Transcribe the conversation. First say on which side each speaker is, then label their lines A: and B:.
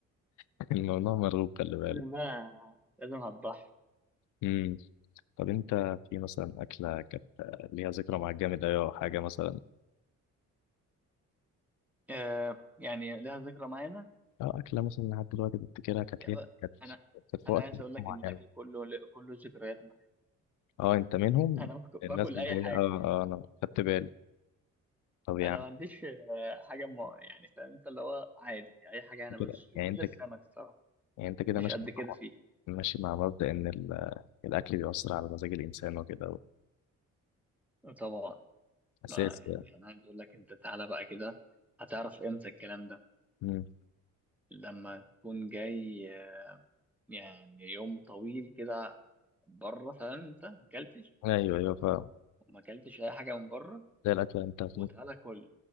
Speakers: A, on the left; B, in the centre.
A: <laughs> الموضوع مرغوب خلي
B: <laughs>
A: بالك
B: لازم بقى لازم هتضحي
A: امم طب انت في مثلا اكله كانت ليها ذكرى معاك جامد قوي او حاجه مثلا
B: آه يعني لها ذكرى معانا
A: اه أكلة مثلا لحد دلوقتي بفتكرها كانت
B: يا
A: ليه
B: بقى
A: كانت
B: أنا
A: كانت في
B: أنا
A: وقت
B: عايز أقول لك
A: معين
B: إن الأكل كله كله ذكريات معايا
A: اه انت منهم
B: <laughs> أنا باكل باكل
A: الناس اللي
B: أي
A: هي
B: حاجة
A: اه اه انا خدت بالي طب يا
B: أنا
A: عم
B: ما عنديش آه، حاجة ما يعني فاهم أنت اللي هو عادي أي حاجة أنا بدوس
A: كده
B: فيه
A: يعني
B: إلا
A: انت
B: السمك
A: ك-
B: الصراحة
A: يعني انت كده
B: مش
A: ماشي
B: قد كده
A: مع
B: فيه
A: ماشي مع مبدأ ان ال- الاكل بيؤثر على مزاج الانسان وكده
B: طبعا
A: اساس
B: ما يعني
A: يعني
B: أنا عايز أقول لك أنت تعالى بقى كده هتعرف إمتى الكلام ده
A: مم.
B: لما تكون جاي آه، يعني يوم طويل كده بره فانت ما اكلتش
A: ايوه ايوه فاهم
B: وما اكلتش اي حاجه من بره
A: زي الاكل انت هتموت
B: وتعالى كل